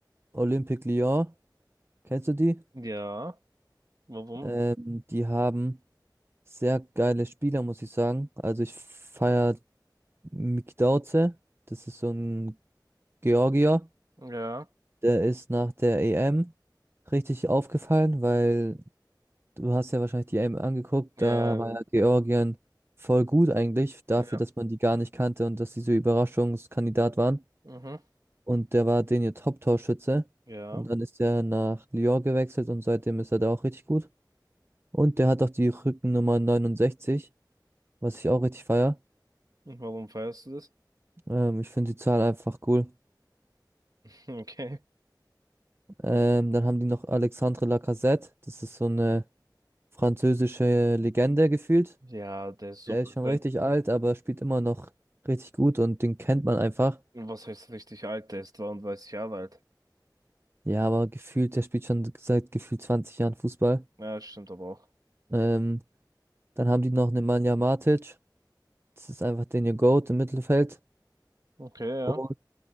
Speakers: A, on the right; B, on the right.
A: Olympique Lyon. Kennst du die?
B: Ja. Warum?
A: Ähm, die haben sehr geile Spieler, muss ich sagen. Also ich feier Mick Dauze. Das ist so ein Georgier.
B: Ja.
A: Der ist nach der EM richtig aufgefallen, weil Du hast ja wahrscheinlich die E M angeguckt,
B: Ja.
A: da war ja Georgien voll gut eigentlich, dafür,
B: Ja.
A: dass man die gar nicht kannte und dass sie so Überraschungskandidat waren.
B: Mhm.
A: Und der war den ihr Top-Torschütze.
B: Ja.
A: Und dann ist er nach Lyon gewechselt und seitdem ist er da auch richtig gut. Und der hat auch die Rückennummer 69, was ich auch richtig feier.
B: Und warum feierst du das?
A: Ähm, ich finde die Zahl einfach cool.
B: <laughs> Okay.
A: Ähm, dann haben die noch Alexandre Lacazette, das ist so eine französische Legende gefühlt.
B: Ja, der ist super.
A: Der ist schon
B: Der,
A: richtig alt, aber spielt immer noch richtig gut und den kennt man einfach.
B: was heißt richtig alt? Der ist 33 Jahre alt.
A: Ja, aber gefühlt, der spielt schon seit gefühlt 20 Jahren Fußball.
B: Ja, stimmt aber auch.
A: Ähm, dann haben die noch Nemanja Matic. Das ist einfach den ihr Goat im Mittelfeld.
B: Okay, ja.
A: Und